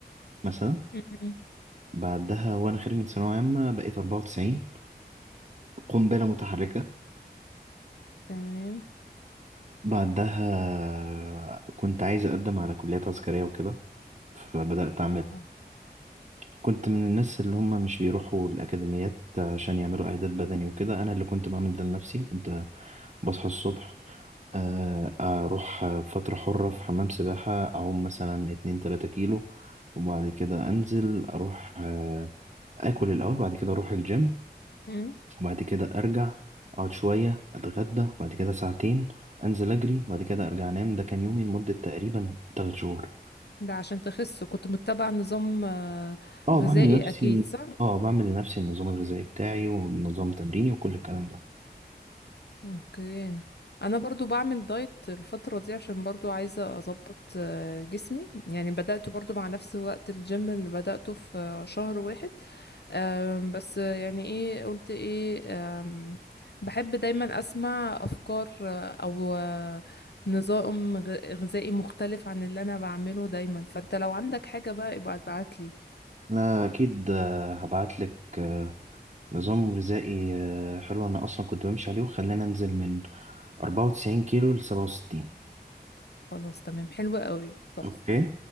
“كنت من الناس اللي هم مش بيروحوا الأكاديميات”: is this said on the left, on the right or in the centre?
Right